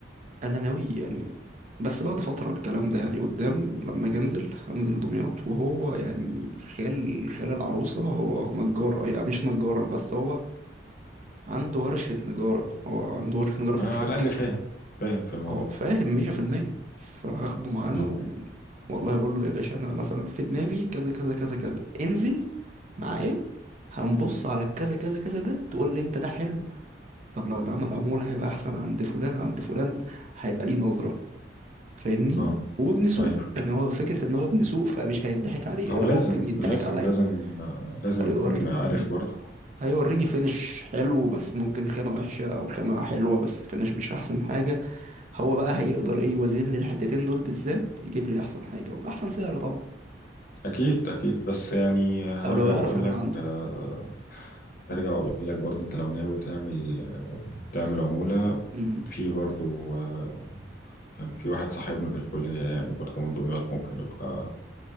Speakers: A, on the right (about 40°); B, on the left (about 50°).
A: انا ناوي يعني بس بعد فتره الكلام ده يعني قدام لما اجي انزل هنزل دمياط وهو يعني خال خال العروسه هو نجار يعني مش نجار بس هو عنده ورشه نجاره هو عنده ورشه نجاره في
B: آه
A: الكلانكا
B: على الأقل فاهم فاهم في الموضوع
A: هو فاهم مية في المية فهاخده معانا
B: مم.
A: و... والله اقول له يا باشا انا مثلا في دماغي كذا كذا كذا كذا انزل معايا هنبص على الكذا كذا كذا ده تقول لي انت ده حلو طب لو اتعمل عمولة هيبقى أحسن عند فلان عند فلان هيبقى ليه نظرة فاهمني
B: اه
A: وابن سوق
B: ايوه
A: يعني هو فكرة إن هو ابن سوق فمش هيضحك عليه
B: هو
A: أنا
B: لازم
A: ممكن يضحك
B: لازم
A: عليا
B: لازم آه، لازم
A: هيوريني
B: أكون عارف برضه
A: هيوريني فينش حلو بس ممكن خامة وحشة أو خامة حلوة بس فينش مش أحسن حاجة هو بقى هيقدر إيه يوازن لي الحتتين دول بالذات يجيب لي أحسن حاجة وبأحسن سعر طبعا
B: أكيد أكيد بس يعني هرجع
A: أو لو يعرف
B: وأقول
A: يعملها
B: لك
A: عنده
B: آه، هرجع وأقول لك برضه أنت لو ناوي تعمل تعمل عمولة
A: امم
B: في برضه آه، كان في واحد صاحبنا في الكلية يعني برضه من دمياط ممكن يبقى